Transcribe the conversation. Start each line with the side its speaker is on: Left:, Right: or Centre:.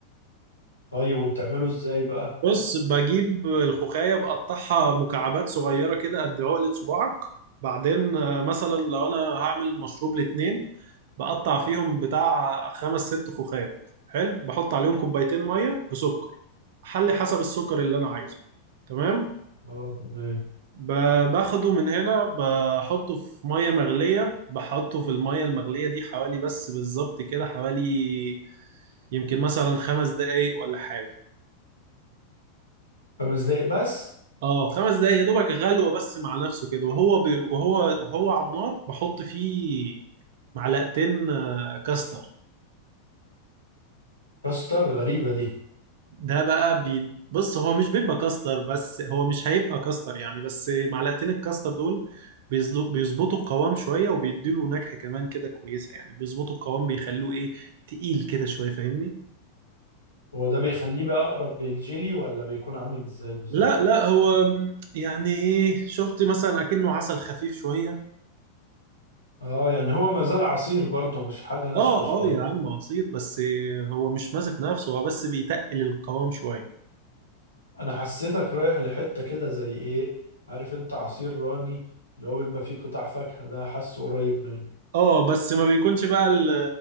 Left: طيب وبتعمله ازاي بقى
Right: بص بجيب الخوخاية بقطعها مكعبات صغيرة كده قد عقلة صباعك بعدين آه، مثلا لو أنا هعمل مشروب لاتنين بقطع فيهم بتاع خمس ست خوخات حلو بحط عليهم كوبايتين مية بسكر حلي حسب السكر اللي أنا عايزه تمام
Left: اه تمام
Right: ب- باخده من هنا بحطه في مية مغلية بحطه في المية المغلية دي حوالي بس بالظبط كده حوالي يمكن مثلا خمس دقايق ولا حاجة
Left: خمس دقايق بس
Right: اه خمس دقايق يا دوبك غلوه بس مع نفسه كده وهو ب... وهو وهو على النار بحط فيه معلقتين آه، كاستر
Left: كستر غريبة دي
Right: ده بقى بي... بص هو مش بيبقى كاستر بس هو مش هيبقى كاستر يعني بس معلقتين الكاستر دول بيظل- بيظبطوا القوام شويه وبيديله نكهه كمان كده كويسه يعني بيظبطوا القوام بيخلوه ايه تقيل كده شويه فاهمني
Left: هو ده بيخليه بقى اقرب للجيلي ولا بيكون عامل ازاي بالظبط
Right: لا لا هو م، يعني ايه شفت مثلا اكنه عسل خفيف شويه
Left: اه يعني هو ما زال عصير برضه مش حاجة ناشفة
Right: اه
Left: شوية
Right: اه يا عم عصير بس هو مش ماسك نفسه هو بس بيتقل القوام شوية
Left: انا حسيتك رايح لحتة كده زي ايه عارف انت عصير راني اللي هو بيبقى فيه قطع فاكهة ده حاسه قريب منه
Right: اه بس ما بيكونش بقى ال-